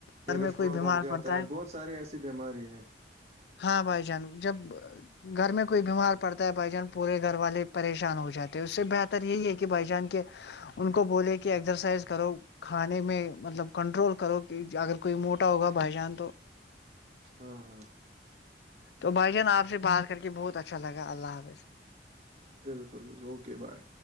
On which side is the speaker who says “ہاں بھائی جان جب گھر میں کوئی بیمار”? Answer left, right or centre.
Left